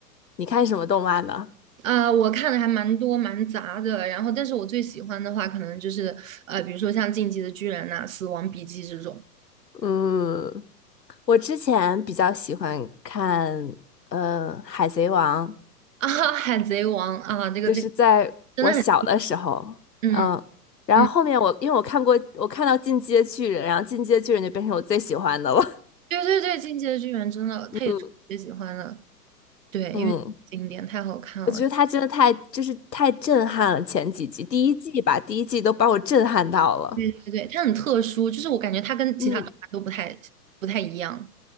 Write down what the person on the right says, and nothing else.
呃，我看的还蛮多蛮杂的，然后但是我最喜欢的话，可能就是呃，比如说像《进击的巨人》呐、死亡笔记》这种
啊，《海贼王》啊，这个这个
真的很，嗯
嗯，
对对对，《进击的巨人》真的，他也是我最喜欢的，
对，
因为经典太好看了。
对对对，他很特殊，就是我感觉他跟其他动漫都不太不太一样。